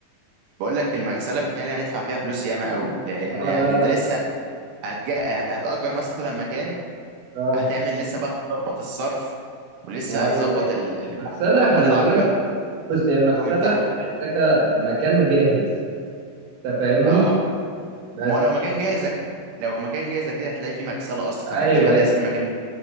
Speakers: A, on the right; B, on the right.
A: بقول لك المغسله بتهيألي هندفع فيها فلوس ياما قوي لان
B: اه
A: يعني
B: لا
A: انت
B: لا
A: لسه هتجا... هت... هتأجر مثلا مكان
B: اه
A: هتعمل لسه بقى هتظبط الصرف ولسه
B: ايوه
A: هتظبط
B: ايوه
A: ال... البتاع
B: مغسلة
A: اللي بيقف
B: خلي
A: عليه العربيات
B: بالك بص
A: هتحطه
B: هي المغسلة
A: من تحت وكده
B: محتاجة مكان جاهز انت فاهمني؟
A: اه
B: بس
A: ما هو لو مكان جاهز أك- لو مكان جاهز كده هتلاقي فيه مغسله اصلا
B: ايوه
A: ما فيش حد
B: ايوه
A: هيسيب المكان